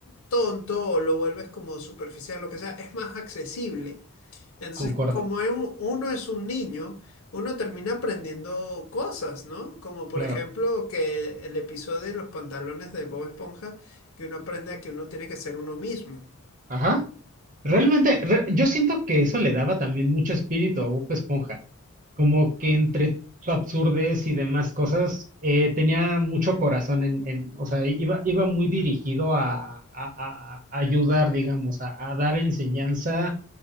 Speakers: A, on the left (about 65°); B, on the right (about 35°).
A: tonto o lo vuelves como superficial, lo que sea, es más accesible. Entonces,
B: Concuerdo.
A: como es un- uno es un niño, uno termina aprendiendo cosas, ¿no? Como por
B: Claro.
A: ejemplo que el episodio de los pantalones de Bob Esponja, que uno aprende a que uno tiene que ser uno mismo.
B: Ajá. Realmente, re- yo siento que eso le daba también mucho espíritu a Bob Esponja. como que entre su absurdez y demás cosas, eh, tenía mucho corazón en, en- o sea, iba, iba muy dirigido a, a- a- a ayudar, digamos, a, a dar enseñanza